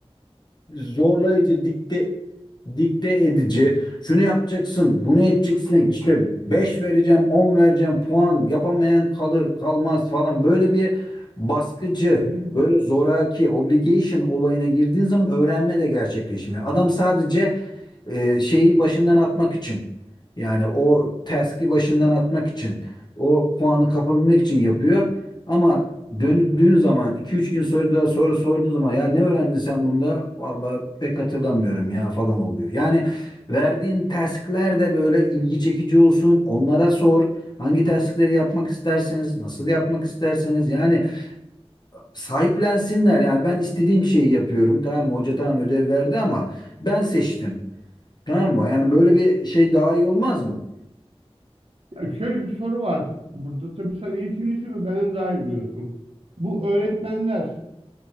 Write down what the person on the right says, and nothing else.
Hı hı.
Ya şöyle bir soru var burada. Tabii sen eğitimcisin ve benden daha iyi biliyorsun. Bu öğretmenler,